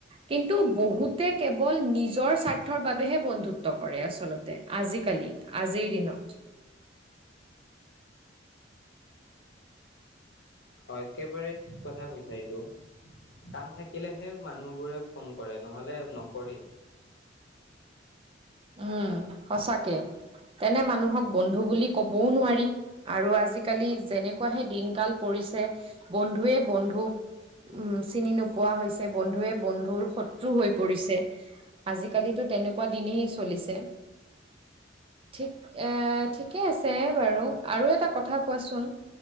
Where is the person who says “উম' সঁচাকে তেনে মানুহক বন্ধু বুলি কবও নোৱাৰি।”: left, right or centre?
Right